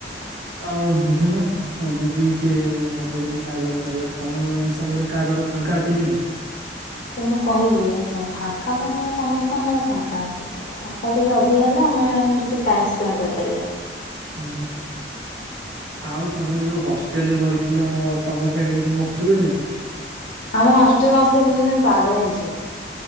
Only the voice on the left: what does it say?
ତ ମୁଁ କହିବି ଏସ ଫାଙ୍କା ତ କାଇଁ ସମସ୍ତଙ୍କର ଫାଙ୍କା ଅଛି ବଟ ଫାଙ୍କା ଟିକେ ଅଧିକା ହେଲା ଆମେ ମାନ ଟିକେ ଟାଇମ ସ୍ପେଣ୍ଡ କରିପାରିବା।
ଆମ ହଷ୍ଟେଲ ମସ୍ତି ଶୁଣିଲେ ତମେ ପାଗଳ ହେଇଯିବ।